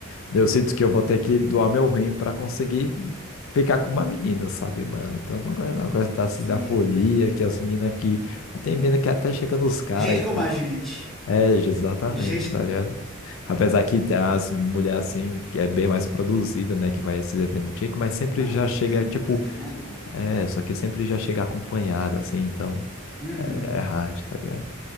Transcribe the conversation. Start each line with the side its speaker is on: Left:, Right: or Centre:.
Left: eu sinto que eu vou ter que doar meu rim pra conseguir ficar com uma menina, sabe, mano? Então, eu não gosto, não eu gosto da, assim,
Centre: Sim.
Left: da folia, que as minas que... Tem mina que até chega nos caras
Centre: Gente
Left: e tal.
Centre: como a gente.
Left: É, exatamente,
Centre: Gente
Left: tá ligado? Apesar que tem as mulheres assim, que é bem mais produzida, né? Que vai a esses eventos antigos, mas sempre
Centre: Não,
Left: já chega,
Centre: tem uma
Left: tipo,
Centre: coisa de maluco.
Left: é, só que sempre já chega acompanhado, assim, então
Centre: Uhum.
Left: é, é hard, tá ligado?